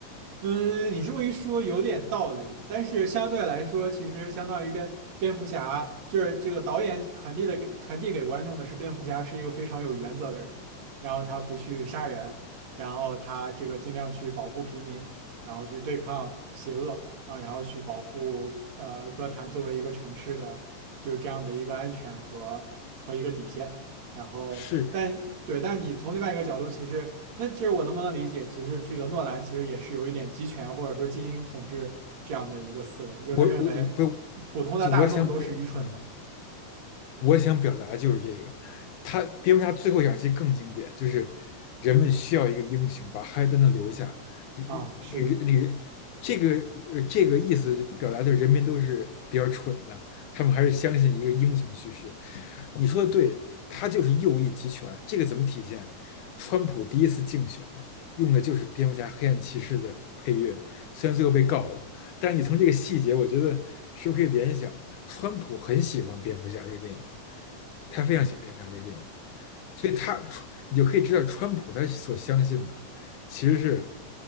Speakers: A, on the right (about 55°); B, on the left (about 70°).
A: 嗯，你这么一说有点道理，但是相对来说，其实相当于蝙蝙蝠侠，就是这个导演传递的给传递给观众的是，蝙蝠侠是一个非常有原则的人，然后他不去杀人，然后他这个尽量去保护平民，然后去对抗邪恶啊，然后去保护呃哥谭作为一个城市的就是这样的一个安全和和一个底线，然后但对，
B: 是
A: 但你从另外一个角度，其实。那这我能不能理解？其实这个诺兰其实也是有一点集权或者说精英统治这样的一个思维，就是他认为
B: 我我我不
A: 普通的大众都是愚蠢的
B: 就我想表，嗯，我想表达就是这个。他蝙蝠侠最后一场戏更经典，就是人们需要一个英雄把哈利登顿留下，
A: 啊，是的，
B: 那个那个这个呃这个意思表达就是人民都是比较蠢的，他们还是相信一个英雄叙事。你说的对，他就是右翼集权，这个怎么体现？川普第一次竞选用的就是蝙蝠侠黑暗骑士的配乐，虽然最后被告了，但是你从这个细节，我觉得是不是可以联想，川普很喜欢蝙蝠侠这个电影，他非常喜欢蝙蝠侠这个电影，
A: 嗯，
B: 所以他你就可以知道川普他所相信的其实是，